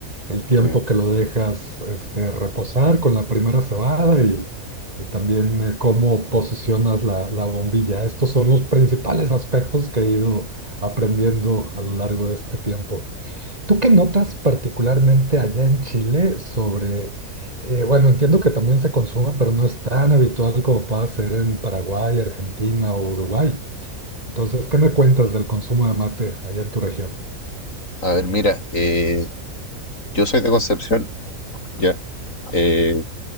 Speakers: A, on the right; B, on the left.
A: el tiempo
B: Obvio.
A: que lo dejas este, reposar con la primera cebada y, y también eh, cómo posicionas la, la bombilla. Estos son los principales aspectos que he ido aprendiendo a lo largo de este tiempo. ¿Tú qué notas particularmente allá en Chile sobre, eh, bueno, entiendo que también se consuma, pero no es tan habitual como pueda ser en Paraguay, Argentina o Uruguay. Entonces, ¿qué me cuentas del consumo de mate allá en tu región?
B: A ver, mira, eh, yo soy de Concepción, ya. Eh,